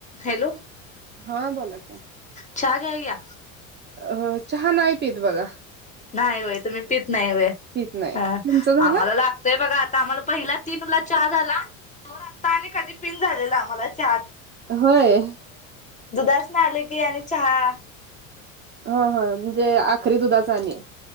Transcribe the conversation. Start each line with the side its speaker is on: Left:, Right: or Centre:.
Left: Hello.
Right: हा बोला कि
Left: चहा घ्याय या
Right: अ चहा नाही पित बघ
Left: नाही होय तुम्ही पित नाही होय
Right: पीत नाही
Left: ह.
Right: तुमचं झालं
Left: आम्हाला लागतंय बघा आता आम्हाला पहिला तीन ला चहा झाला. मग आत्ता आणि कधी पिन झालेला आम्हाला चहा
Right: होय.
Left: दुधासनं आले की आणि चहा
Right: ह ह. म्हणजे आखरी दुधाचा आणि